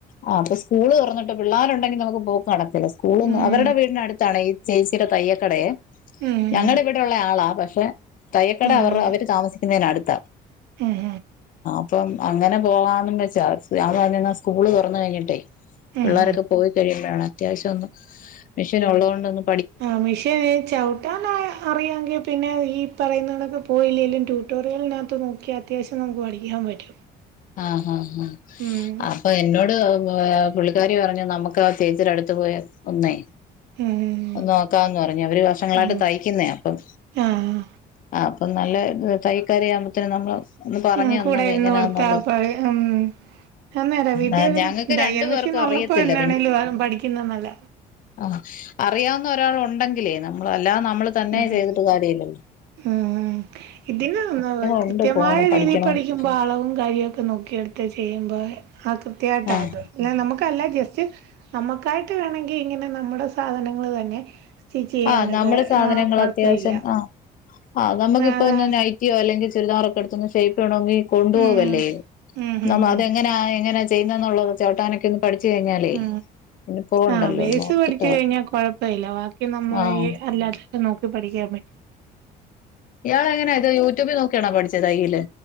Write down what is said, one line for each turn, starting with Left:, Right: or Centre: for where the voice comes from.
Left: ആ അപ്പൊ സ്കൂള് തുറഞ്ഞിട്ട് പിള്ളേരുണ്ടെങ്കിൽ നമുക്ക് പോക്ക് നടക്കില്ല സ്കൂള് നിന്ന്
Right: ഉം
Left: അവരുടെ വീടിനടുത്താണ് ഈ ചേച്ചിയുടെ തയ്യക്കടയെ
Right: ഉം
Left: ഞങ്ങളുടെ ഇവിടെ ഉള്ള ആളാ പക്ഷെ തയ്യക്കട
Right: ആഹ്
Left: അവർ അവര് താമസിക്കുന്നതിനന്ടുത്ത
Right: ഉം
Left: അപ്പം അങ്ങനെ പോവാന്നും വെച്ചാ ഞാൻ പറ സ്കൂള് തുറന്ന് കഴിഞ്ഞിട്ടേ പിള്ളേരൊക്കെ
Right: ഉം
Left: പോയി കഴിയുമ്പോഴാണ് അത്യാവശ്യം ഒന്നന്ന് മെഷീൻ ഉള്ളത് കൊണ്ടൊന്ന
Right: ആ മെഷീൻ ചവിട്ടാന അറിയാമെങ്കിൽ പിന്നെ ഈ പറയുന്നതൊക്കെ പോയില്ലെങ്കിലും ട്യൂട്ടോറിയലിനകത്ത് നോക്കി അത്യാവശ്യം നമുക്ക് പഠിക്കാൻ പറ്റും
Left: ആഹ് ആഹ് ആഹ്
Right: ഉം
Left: അപ്പൊ എന്നോട് പുള്ളിക്കാരി പറഞ്ഞു നമുക്ക് ആ ചേചിയുടെ അടുത്ത് പോയി ഒന്നേ
Right: ഉം
Left: നോക്കാന്ന് പറഞ്ഞു അവര് വർഷങ്ങളായിട്ട്
Right: ഉം
Left: തയ്ക്കുന്നേ അപ്പം
Right: ആഹ്
Left: ആ അപ്പൊ നല്ല തൈക്കാരി ആവുമ്പോത്തിന് നമ്മള് ഒന്ന് പറഞ്ഞ്
Right: ഉം
Left: തന്നാലേ
Right: കൂടെ ഇരുന്ന്
Left: എങ്ങനെയാന്നുള്ളത്
Right: കൊടുത്ത ആ പഴയ ഉം അന്നേരാ വീട്ടി
Left: ആഹ്
Right: ഒരു
Left: ഞങ്ങക്ക്
Right: തയൽ
Left: രണ്ടു
Right: മെഷീൻ
Left: പേർക്കും
Right: ഉള്ളപ്പോ
Left: അറിയത്തില്ല
Right: എന്നാണേലും പഠിക്കുന്നന്നല്ല
Left: ആ അറിയാവുന്ന ഒരാൾ ഉണ്ടെങ്കിലേ നമ്മൾ അല്ലാതെ നമ്മൾ തന്നെ
Right: ഉം
Left: ചെയ്തിട്ട് കാര്യല്ലല്ലോ
Right: ഉം ഉ ഇതിന
Left: ഉണ്ട്
Right: കൃത്യമായ
Left: പോണം പഠിക്കണോന്ന്
Right: രീതിയിൽ പഠിക്കുമ്പോ അളവും കാര്യവും ഒക്കെ നോക്ക ക്കിക്കെടുത്ത് ചെയ്യുമ്പോൾ ആ കൃത്യായിട്ട്
Left: ആഹ്
Right: അത് നമുക്കല്ല ജസ്റ്റ് നമുക്കായിട്ട് വേണമെങ്കിൽ ഇങ്ങനെ നമ്മുടെ സാധനങ്ങൾ തന്നെ സ്റ്റിച്ച് ചെയ്യാനൊക്കെ
Left: ആഹ് നമ്മുടെ സാധനങ്ങൾ
Right: ആ കൊഴപ്പമില്ല
Left: അത്യാവശ്യം ആ ആഹ് നമുക്കിപ്പൊ
Right: അതാ
Left: ഒന്ന് നൈറ്റിയോ അല്ലെങ്കി ചുരിദാറൊക്കെ എടുത്ത്ഒന്ന് ഷേപ്പ് ചെയ്യേണെങ്കിൽ കൊണ്ടു
Right: ഉം
Left: പോകല്ലേ
Right: ഉം ഉം
Left: നതെങ്ങനെ
Right: ഉം
Left: എങ്ങനാ ചെയ്യുന്നുള്ള ചവിട്ടാനൊക്കെ പഠിച്ചു കഴിഞ്ഞാലേ
Right: ഉ
Left: പിന്നെ പോവണ്ടല്ലോ
Right: ആ ബേസ്
Left: ഒന്ന് ഓർത്തിട്ടാ
Right: പഠിച്ച കഴിഞ്ഞാ കൊഴപ്പല്ല ബാക്കി നമ്മ
Left: ആഹ്
Right: അല്ലാത്തെ നോക്കി പഠിക്കാൻ പറ്റും
Left: ഇയാൾ എങ്ങനെയത് യൂട്യൂബിൽ നോക്കിയാണാ പഠിച്ചത് കയ്യില്